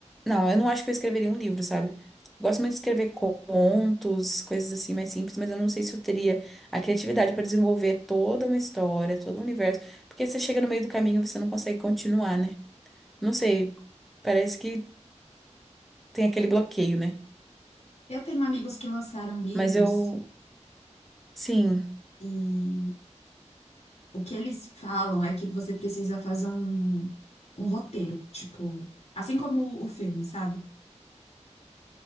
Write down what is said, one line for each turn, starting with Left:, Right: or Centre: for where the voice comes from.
Centre: Não, eu não acho que eu escreveria um livro, sabe? Gosto muito de escrever contos, coisas assim mais simples, mas eu não sei se eu teria a criatividade para desenvolver toda uma história, todo um universo, porque você chega no meio do caminho e você não consegue continuar, né? Não sei, parece que tem aquele bloqueio, né?
Left: Eu tenho amigos que lançaram livros
Centre: Mas eu, sim,
Left: e o que eles falam é que você precisa fazer um, um roteiro, tipo, assim como o filme, sabe?